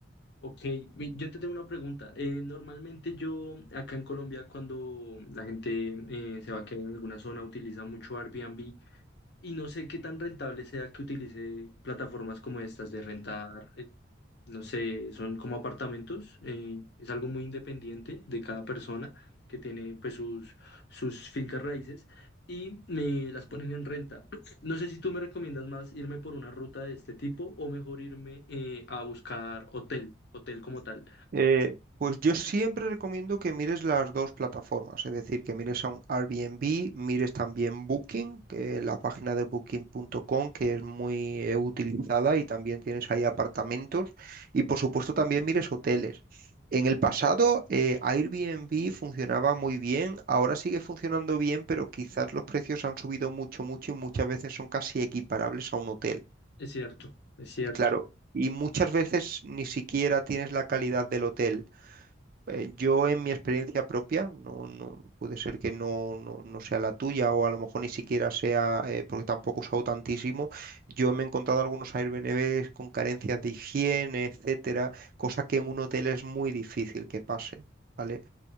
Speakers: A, on the left (about 55°); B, on the right (about 45°).
A: Ok, mi- yo te tengo una pregunta. Eh, normalmente yo acá en Colombia cuando la gente eh, se va a quedar en alguna zona utiliza mucho Airbnb y no sé qué tan rentable sea que utilice plataformas como estas de rentar eh, no sé, son como apartamentos, eh, es algo muy independiente de cada persona que tiene pues sus, sus fincas raíces y me las ponen en renta. <clears throat> No sé si tú me recomiendas más irme por una ruta de este tipo o mejor irme eh, a buscar hotel, hotel como tal.
B: Eh, pues yo siempre recomiendo que mires las dos plataformas, es decir, que mires a un Airbnb, mires también Booking, que la página de booking.com, que es muy eh, utilizada y también tienes ahí apartamentos, y por supuesto también mires hoteles. En el pasado, eh, Airbnb funcionaba muy bien, ahora sigue funcionando bien, pero quizás los precios han subido mucho, mucho y muchas veces son casi equiparables a un hotel.
A: Es cierto, es cierto.
B: Claro, y muchas veces ni siquiera tienes la calidad del hotel. Eh, Yo en mi experiencia propia, no, no puede ser que no, no, no sea la tuya o a lo mejor ni siquiera sea, eh, porque tampoco he usado tantísimo, yo me he encontrado algunos Airbnbs con carencias de higiene, etcétera, cosa que en un hotel es muy difícil que pase, ¿vale?